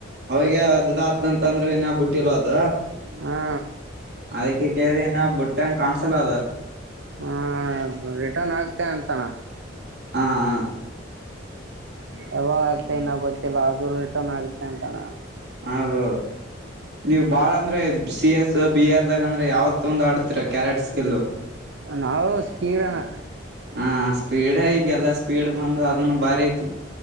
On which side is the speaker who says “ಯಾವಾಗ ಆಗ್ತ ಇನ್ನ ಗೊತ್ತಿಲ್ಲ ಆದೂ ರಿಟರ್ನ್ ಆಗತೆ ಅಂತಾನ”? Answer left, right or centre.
Right